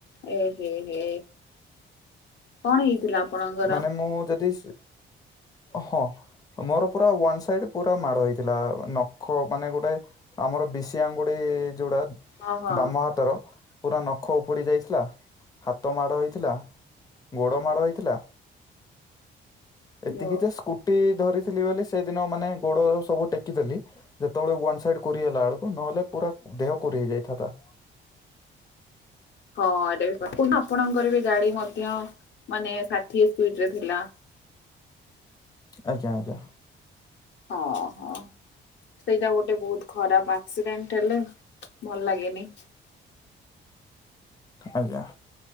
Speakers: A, on the left; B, on the left.
A: ଏ ହେ ହେ କଣ ହେଇଥିଲା? ଆପଣଙ୍କର?
B: ମାନେ ମୁଁ ଯଦିସ୍ ହଁ ମୋର ପୁରା ୱାନ୍ ସାଇଡ୍ ପୁର ମାଡ଼ ହେଇଥିଲା ନ ଖ ମାନେ ଗୋଟାଏ ଆମର ବିଷି ଆଙ୍ଗୁଡ଼ି ଯୋଉଟା
A: ହଁ ହଁ
B: ବାମ ହାତର ପୁରା ନଖ ଉପୁଡ଼ି ଯାଇଥିଲା। ହାତ ମାଡ଼ ହୋଇଥିଲା, ଗୋଡ଼ ମାଡ଼ ହୋଇଥିଲା। ଏତିକି
A: ହଁ
B: ଯେ ସ୍କୁଟି ଧରିଥିଲି ବୋଲି ସେଦିନ ମାନେ ଗୋଡ଼ ସବୁ ଟେକିଦେଲି। ଯେତେବେଳେ ୱାନ୍ ସାଇଡ୍ କୁରି ହେଲା ବେଳକୁ ନହେଲେ ପୁରା ଦେହ କୁରି ହେଇ ଯାଇଥାନ୍ତା।
A: <unintelligible>
B: ଆଜ୍ଞା ଆଜ୍ଞା।
A: ହଁ ହଁ ସେଇଟା ଗୋଟେ ବହୁତ୍ ଖରାପ୍ ଆକ୍ସିଡେଣ୍ଟ ହେଲେ ଭଲ ଲାଗେନି।
B: ଆଜ୍ଞା।